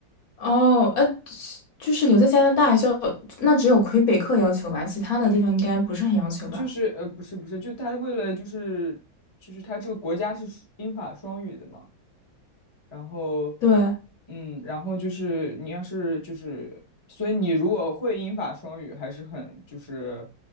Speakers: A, on the left; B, on the left.
A: 哦，呃，就是留在加拿大就那只有魁北克要求吧，其他的地方应该不是很要求吧？
B: 就是呃，不是不是，就他为了就是就是他这个国家是英法双语的嘛。然后，
A: 对
B: 嗯，然后就是你要是就是，所以你如果会英法双语，还是很就是